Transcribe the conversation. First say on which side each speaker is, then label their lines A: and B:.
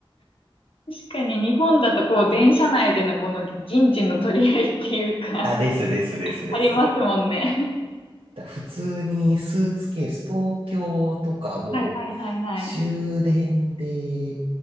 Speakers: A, on the left; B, on the right.
A: 確かに日本だとこう、電車内でのこの人事の取り合いっていうか、
B: <laughs> あ、ですですですです。
A: <laughs> ありますもんね。<laughs>
B: だ普通にスーツケース、東京とかもう、
A: はいはいはいはい。
B: 終電で